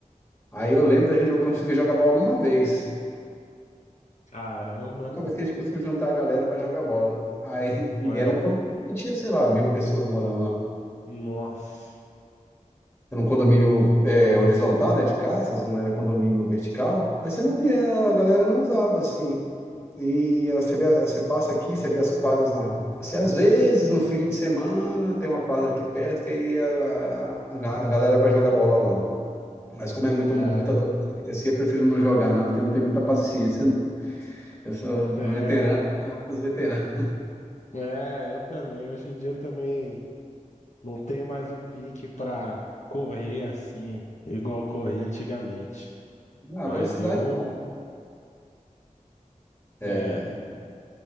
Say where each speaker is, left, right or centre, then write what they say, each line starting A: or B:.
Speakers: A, on the left; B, on the left.
A: Aí eu lembro da gente conseguir jogar bola uma vez.
B: Caramba,
A: Uma vez que a gente conseguiu juntar a galera para jogar bola. Aí, e
B: é,
A: era um condomínio que tinha, sei lá, mil pessoas morando lá.
B: nossa.
A: Era um condomínio é, horizontal, né, de casas, não era condomínio vertical, mas você não via, a galera não usava assim. E ah, você vê, você passa aqui, você vê as quadras na rua. Assim, às vezes, no fim de semana, tem uma quadra aqui perto que aí a, a, a ga- a galera vai jogar bola lá. Mas como é muito,
B: é.
A: muito adolescente assim, eu prefiro não jogar, não, porque eu não tenho muita paciência. Eu sou
B: É,
A: veterano, os veteranos.
B: é, eu também. Hoje em dia eu também não tenho mais o pique pra correr assim, igual eu corria antigamente.
A: Ah,
B: Mas
A: a velocidade.
B: eu,
A: é,
B: é,